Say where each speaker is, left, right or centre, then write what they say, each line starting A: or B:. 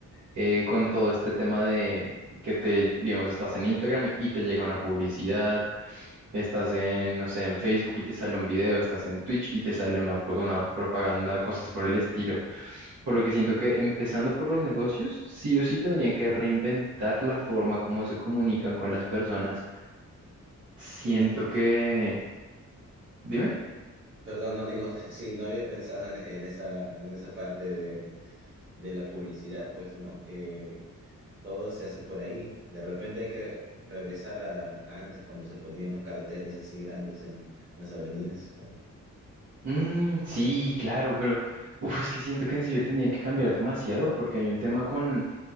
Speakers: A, on the right; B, on the right.
A: eh, con todo este tema de que te, digamos, estás en Instagram y, y te llega una publicidad, estás en, no sé, en Facebook y te sale un video, estás en Twitch y te sale una, una propaganda, cosas por el estilo. Por lo que siento que empezando por los negocios, sí o sí tendrían que reinventar la forma como se comunican con las personas. Siento
B: ¿Tienes?
A: que... Dime.
B: Perdón, no digo, <laughs> sí, no había pensado en, en esa, en esa parte de, de la publicidad, pues, ¿no? Que todo se hace por ahí. De repente hay que regresar a, a antes cuando se ponían los carteles así grandes en las avenidas.
A: Mm, sí, claro, pero uf, es que siento que en serio tendrían que cambiar demasiado porque hay un tema con,